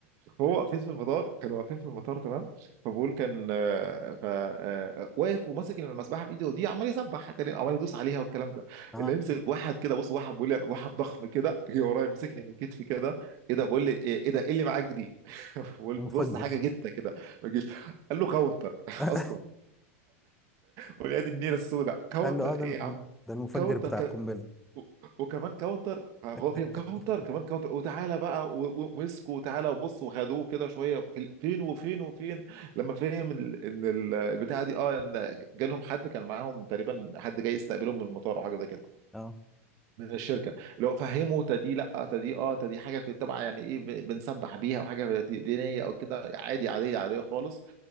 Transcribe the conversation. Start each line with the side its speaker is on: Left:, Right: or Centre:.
Right: هو واقفين في المطار كانوا واقفين في المطار تمام فبقول كان آه، ف آه، واقف وماسك المسبحه بايده ودي عمال يسبح تاني عمال يدوس عليها والكلام ده
Centre: اه
Right: اللي يمسك واحد كده بص واحد بيقول لي أنا- واحد ضخم كده جه ورايا مسكني من كتفي كده ايه ده بقول لي ايه إيه ده ايه اللي معاك دي <laughs> بقول
Centre: المفجر
Right: بص حاجه جته كده ما تجيش قال له كاونتر <laughs>
Centre: <laughs>
Right: اصلا ولاد النيله السوداء كاونتر
Centre: قال له اه
Right: ايه
Centre: ده الم-
Right: يا عم
Centre: ده المفجر
Right: كاونتر
Centre: بتاع القنبله
Right: و- وكمان كاونتر هو
Centre: <laughs>
Right: فيهم كاونتر كمان كاونتر وتعالى بقى و- و- ومسكوا وتعالى وبص وخدوه كده شويه في ال- فين وفين وفين لما فهم ال- ان ال- البتاعه دي اه ان جالهم حد كان معاهم تقريبا حد جاي يستقبلهم من المطار او حاجه زي كده
Centre: اه
Right: من الشركه لو فهموا تدي لا تدي اه تدي حاجه في طبعا يعني ايه ب- بنسبح بيها وحاجه في- دينيه او كده عادي عاديه عاديه خالص